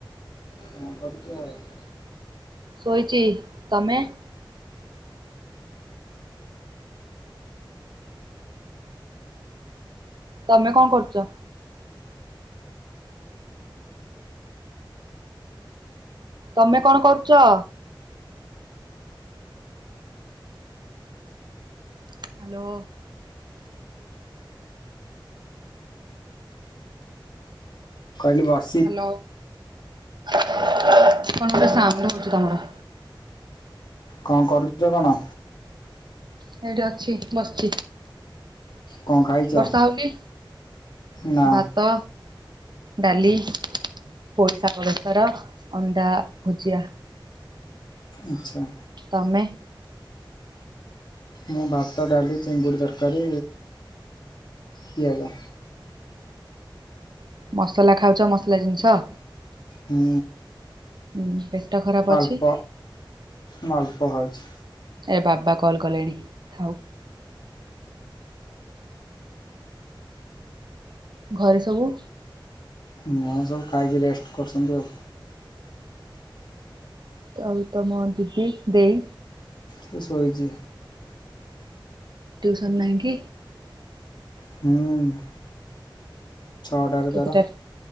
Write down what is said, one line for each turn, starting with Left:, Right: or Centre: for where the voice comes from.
Left: କଣ କରୁଚ?
Right: ଶୋଇଚି। ତମେ? ତମେ କଣ କରୁଚ? ତମେ କଣ କରୁଚ? ହ୍ୟାଲୋ।
Left: କହିଲି ବସ୍
Right: ହ୍ୟାଲୋ, କଣ ଗୋଟେ ସାଉଣ୍ଡ ହଉଛି ତମର?
Left: କଣ କରୁଚ କଣ?
Right: ହେଇଠି ଅଛି, ବସିଛି।
Left: କଣ ଖାଇଛ?
Right: ବର୍ଷା ହଉନି?
Left: ନା
Right: ଭାତ ଡାଲି, ପୋଇଶାଗ, ବେସର, ଅଣ୍ଡା ଭୁଜିଆ।
Left: ଆଚ୍ଛା।
Right: ତମେ
Left: ମୁଁ ଭାତ, ଡାଲି, ଚିଙ୍ଗୁଡ଼ି ତରକାରୀ, ପିଆଜ।
Right: ମସଲା ଖାଉଚ ମସଲା ଜିନିଷ?
Left: ହୁଁ।
Right: ଉଁ ପେଟ ଖରାପ ଅଛି‌
Left: ଅଳ୍ପ ମୁଁ ଅଳ୍ପ ଖାଉଛି
Right: ଏ ବାବା କଲ୍ କଲେଣି ଥାଉ। ଘରେ ସବୁ?
Left: ନାଁ ସବୁ ଖାଇକି ରେଷ୍ଟ କରୁସନ୍ତି ଆଉ।
Right: ତମ୍ ତମ ଦିଦି ଦେଇ?
Left: ସେ ଶୋଇଚି।
Right: ଟ୍ୟୁସନ୍ ନାହିଁ କି?
Left: ହୁଁ। ଛଅଟାରେ
Right: କେତେଟାର୍
Left: ତାର